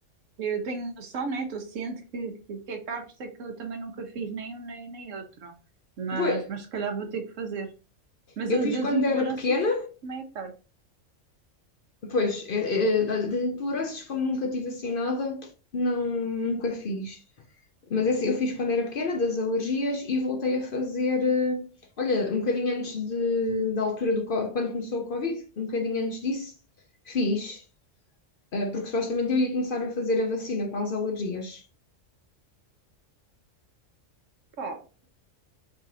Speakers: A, on the right; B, on the left.
A: eu tenho noção, né? Estou ciente que, que, que é caro, por isso é que eu também nunca fiz nem um nem, nem outro. Mas,
B: Pois,
A: mas se calhar vou ter que fazer. Mas
B: eu
A: a
B: fiz
A: das
B: quando
A: intolerâncias
B: era pequena,
A: também é caro.
B: pois, é- é, de de intolerâncias, como nunca tive assim nada, não, nunca fiz. Mas esse eu fiz quando era pequena, das alergias, e voltei a fazer, eh, olha, um bocadinho antes de, da altura do, co- quando começou o Covid, um bocadinho antes disso, fiz, eh, porque supostamente eu ia começar a fazer a vacina para as alergias.
A: Pá,